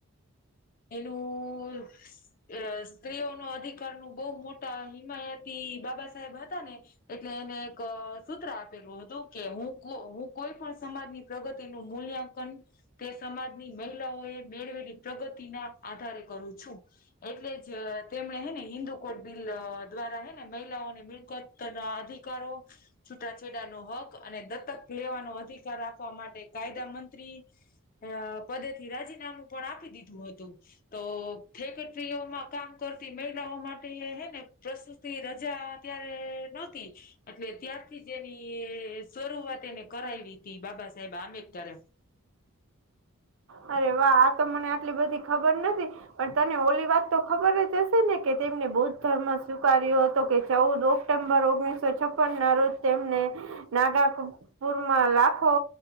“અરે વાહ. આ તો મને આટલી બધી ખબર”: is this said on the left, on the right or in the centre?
Right